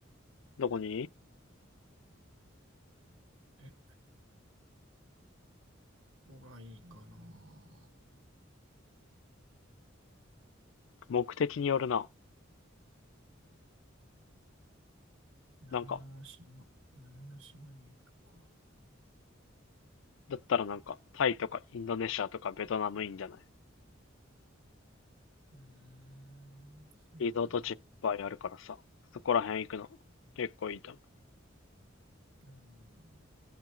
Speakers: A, on the left; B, on the right.
A: どこに
B: え、ここがいいかな。
A: 目的によるな。
B: 南の島、
A: なんか、
B: 南の島に行くか。
A: だったらなんか、タイとかインドネシアとかベトナムいいんじゃない
B: うーん、そうなん
A: リゾート地いっぱいあるからさ、そこら辺行くの、結構いいと思う。
B: だ。うん、